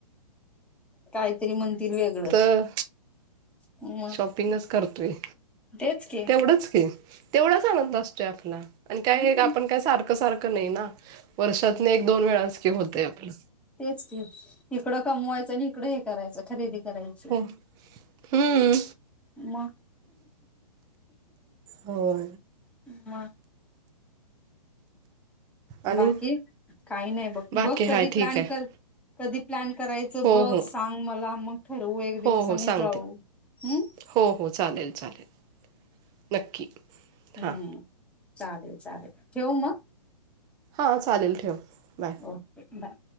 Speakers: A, in the centre; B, on the right.
A: काहीतरी म्हणंतील येगळं.
B: तर
A: हम्,
B: शॉपिंगच करतोय.
A: तेच की,
B: तेवढंच की, तेवढाच आनंद असतोय आपला आणि त्या
A: हम्म
B: येड आपण का सारख सारखं नाही ना, वर्षातनं एक, दोन वेळाच की होतंय आपलं.
A: तेच ते इकडं कमवायचं आणि इकडं हे करायचं, खरेदी करायची.
B: हम्म,
A: मग
B: हो,
A: म,
B: आणि
A: बाकी, काही नाही बघ,
B: बाकी
A: बघ कधी
B: हाय ठीक
A: प्लॅन
B: आहे
A: कर कधी प्लॅन करायचं
B: हो
A: बघ
B: हो
A: सांग मला, मग ठरवू एक दिवस
B: हो हो
A: आणि
B: सांगते
A: जाऊ. हम्म
B: हो -हो, चालेल- चालेल, नक्की.
A: हम्म,
B: हां
A: चालेल -चालेल ठेवु मग?
B: हां, चालेल ठेवं बाय.
A: Okay bye.